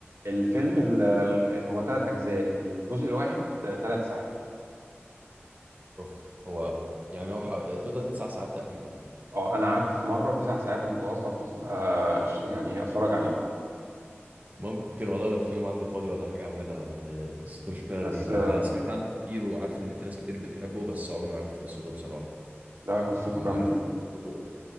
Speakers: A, on the right; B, on the right.
A: الفيلم ال- ال- هو ثلاث أجزاء الجزء الواحد ثلاث ساعات
B: اوف هو يعني هو ح- توتال تسع ساعات تقريبا
A: اه أنا قعدت في مرة تسع ساعات متواصلة اتصل آه ش- يعني أتفرج عليه
B: ممكن والله لو في يوم عندي فاضي ولا حاجه اعملها لان قصته شكلها
A: بس
B: لذيذ
A: آه
B: يعني انا سمعت عنه كتير وعارف ان في ناس كتير بتحبه بس عمري ما عرفت قصته بصراحه
A: لا قصته
B: اما
A: جامدة
B: عرفت قصته